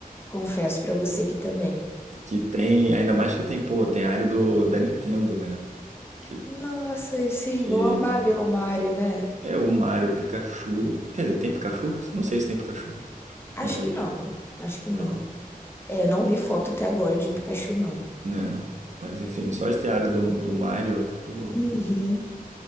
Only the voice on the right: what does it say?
Que tem, ainda mais que tem, pô, tem a área do, da Nintendo, né? Que,
que
é o Mario, Pikachu. Quer dizer, tem Pikachu? Não sei se tem Pikachu,
mas.
Não.
Né? Mas enfim, só de ter a área do, do Mario, pô,